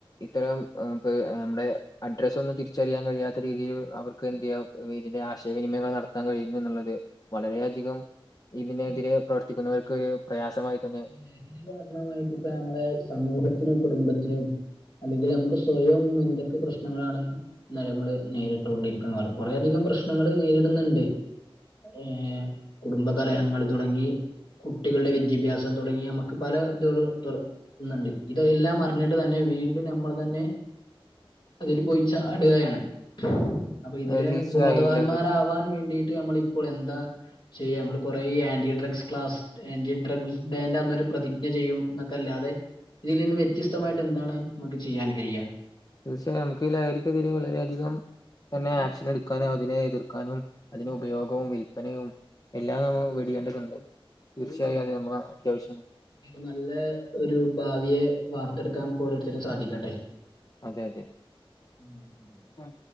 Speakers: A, on the left (about 40°); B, on the left (about 55°).
A: ഇത്തരം നമ്മുടെ അഡ്രസ്സൊന്നും തിരിച്ചറിയാൻ കഴിയാത്ത രീതിയിൽ അവർക്ക് എന്തെയ്യാം. ഇതിന്റെ ആശയവിനിമയങ്ങൾ നടത്താൻ കഴിയുന്നു എന്നുള്ളത്. വളരെയധികം ഇതിനെതിരെ പ്രവർത്തിക്കുന്നവർക്കൊരു പ്രയാസമായിതന്നെ
B: ലഹരി കാരണമായിട്ടിപ്പൊ നമ്മളെ സമൂഹത്തിനും കുടുംബത്തിനും അല്ലെങ്കിൽ നമുക്ക് സ്വയം എന്തൊക്കെ പ്രശ്നങ്ങളാണ്. എന്ന നമ്മള് നേരിട്ടൊണ്ടിരിക്കുന്ന കുറേ അധികം പ്രശ്നങ്ങൾ നേരിടുന്നുണ്ട്. ഏ കുടുംബകലഹങ്ങൾ തുടങ്ങി കുട്ടികളുടെ വിദ്യാഭ്യാസം തുടങ്ങി നമ്മ പല ഇതാള് ഇത് ഇന്ന്ണ്ട് ഇതെല്ലാം അറിഞ്ഞിട്ട് തന്നെ വീണ്ടും നമ്മൾ തന്നെ അതിൽ പോയിചാട്കയാണ്. അപ്പൊ ഇതില്
A: അത് തീർച്ചയായും
B: ബോധവാന്മാരാവാൻ
A: ലഹരി
B: വേണ്ടിട്ട് നമ്മൾ ഇപ്പോൾ എന്താ ചെയ്യാ നമ്മള് കൊറേ anti drugs class anti drugs ഡേന്റെ അന്ന് ഒരു പ്രതിജ്ഞ ചെയ്യും ന്നൊക്കല്ലാതെ ഇതിൽ നിന്നും വ്യത്യസ്തമായിട്ട് എന്താണ് മക്ക് ചെയ്യാൻ കയ്യ
A: സാം <unintelligible> ലായിരിക്കത്തില്ല വളരെയധികം. തന്നെ ആക്ഷനെടുക്കാനും അതിനെ എതിർക്കാനും അതിന് ഉപയോഗും വിൽപനയും. എല്ലാം നമ്മ വെടിയേണ്ടതുണ്ട് തീർച്ചയായും അത് നമ്മളെ അത്യാവശ്യാണ്.
B: നല്ല ഒരു ഭാവിയെ വാർത്തെടുക്കാൻ നമുക്ക് ഓരോരുത്തർക്കും സാധിക്കട്ടെ.
A: അതെ അതെ
B: ഉം ഉം
A: ഉം